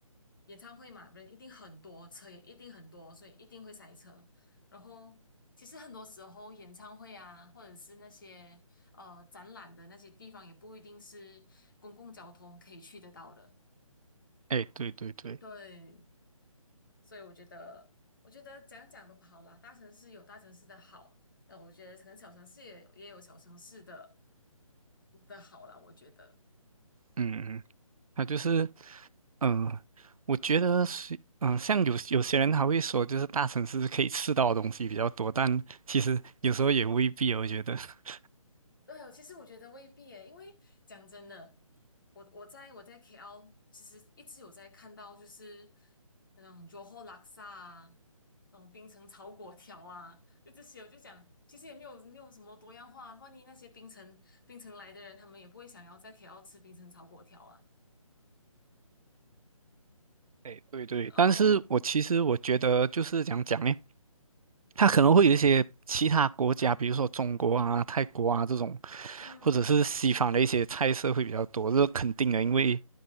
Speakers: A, on the left (about 35°); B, on the right (about 75°).
A: 演唱会嘛，人一定很多，车也一定很多，所以一定会塞车。然后其实很多时候演唱会啊，或者是那些。呃展览的那些地方，也不一定是公共交通可以去得到的。
B: 哎，对对对，
A: 对，所以我觉得，我觉得讲讲都好啦，大城市有大城市的好，那我觉得可能小城市也也有小城市的的好啦，我觉得。
B: 嗯嗯，他就是，嗯、我觉得是，嗯、像有有些人他会说，就是大城市可以吃到的东西比较多，但其实有时候也未必哦，我觉得。<laughs>
A: 对，其实我觉得未必诶，因为讲真的，我我在我在 KL 其实一直有在看到，就是那种 Johor l a k s 啊，那种冰城炒粿条啊，就这些，我就讲，其实也没有没有什么多样化。万一那些冰城冰城来的人，他们也不会想要在 KL 吃冰城炒粿条啊。
B: 哎，对对，
A: 哦，
B: 但是我其实我觉得就是讲讲呢，它可能会有一些其他国家，比如说中国啊、泰国啊这种，
A: 嗯。
B: 或者是西方的一些菜色会比较多，这是肯定的，因为